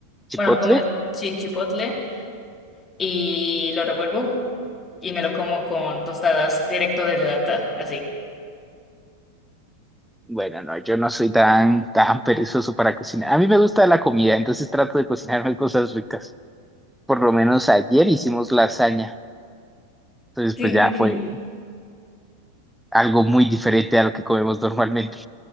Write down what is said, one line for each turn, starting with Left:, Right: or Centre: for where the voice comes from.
Centre: chipotle.
Left: bueno, como chi- chipotle y lo revuelvo y me lo como con tostadas directo de la lata, así.
Centre: Bueno, no, yo no soy tan, tan perezoso para cocinar. A mí me gusta la comida, entonces trato de cocinarme cosas ricas. Por lo menos ayer hicimos lasaña, entonces
Left: Qué
Centre: pues ya
Left: rico.
Centre: fue algo muy diferente a lo que comemos normalmente.